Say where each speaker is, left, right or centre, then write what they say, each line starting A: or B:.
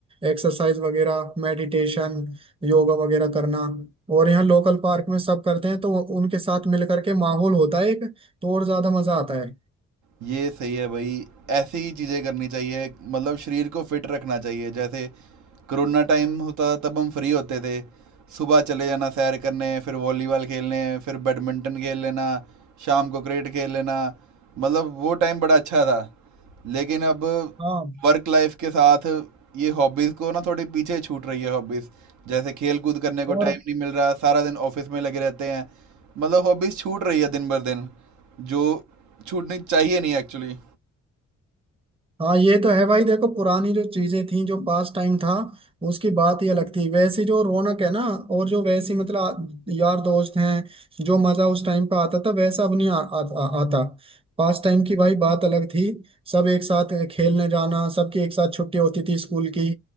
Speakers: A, on the right; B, on the right.
A: एक्सरसाइज वगैरह मेडिटेशन योगा वगैरह करना और यहाँ लोकल पार्क में सब करते हैं तो उनके साथ मिल करके माहौल होता है एक तो और ज्यादा मजा आता है
B: ये सही है भाई ऐसी ही चीज़ें करनी चाहिए मतलब शरीर को फिट रखना चाहिए जैसे कोरोना टाइम होता था तब हम फ्री होते थे सुबह चले जाना सैर करने फिर वॉलीबॉल खेलने फिर बैडमिंटन खेल लेना शाम को क्रिकेट खेल लेना मतलब वो टाइम बड़ा अच्छा था लेकिन अब
A: हाँ
B: वर्क लाइफ के साथ ये हॉबीज़ को ना थोड़ी पीछे छूट रही है हॉबीज़ जैसे खेल कूद करने
A: और
B: को टाइम नहीं मिल रहा सारा दिन ऑफिस में लगे रहते हैं मतलब हॉबीज छूट रही है दिन भर दिन जो छूटनी चाहिए नहीं एक्चुअली
A: हाँ ये तो है भाई देखो पुरानी जो चीजें थी जो पास टाइम था उसकी बात ही अलग थी वैसी जो रौनक है ना और जो वैसी मतलब आ- यार दोस्त हैं जो मजा उस टाइम पे आता था वैसा अब नहीं आ, आ, आ, आता पास टाइम की भाई बात अलग थी सब एक साथ खेलने जाना सबकी एक साथ छुट्टी होती थी स्कूल की